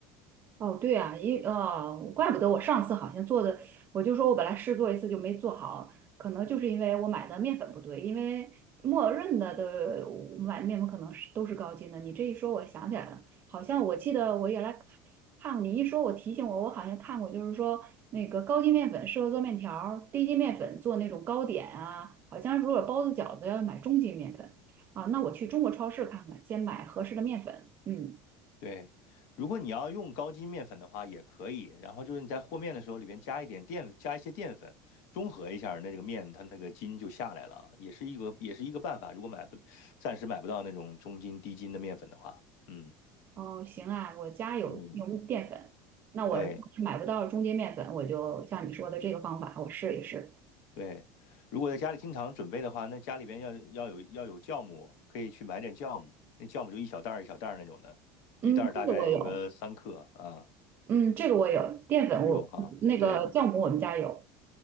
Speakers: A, on the right (about 35°); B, on the left (about 65°).
A: 哦，对啊，因呃，怪不得我上次好像做的，我就说我本来试做一次就没做好，可能就是因为我买的面粉不对，因为默认的的我买的面粉可能是都是高筋的。你这一说，我想起来了，好像我记得我原来看你一说，我提醒我，我好像看过，就是说那个高筋面粉适合做面条儿低筋面粉做那种糕点啊，好像如果包子饺子要买中筋面粉啊，那我去中国超市看看，先买合适的面粉，嗯。
B: 对，如果你要用高筋面粉的话，也可以。然后就是你在和面的时候，里边加一点淀，加一些淀粉，中和一下那这个面，它那个筋就下来了啊，也是一个也是一个办法。如果买不，暂时买不到那种中筋低筋的面粉的话，嗯
A: 哦，行啊，我家有用淀粉，
B: 嗯，
A: 那我如果是买不到中筋面粉，
B: 对
A: 我就像你说的这个方法，我试一试。
B: 对。如果在家里经常准备的话，那家里边要要有要有酵母，可以去买点酵母，那酵母就一小袋儿一小袋儿那种的，
A: 嗯，
B: 一袋儿大概有个三克啊，
A: 这个我有，嗯，这个我有，淀粉我那个酵母我们家有，
B: 有啊，对。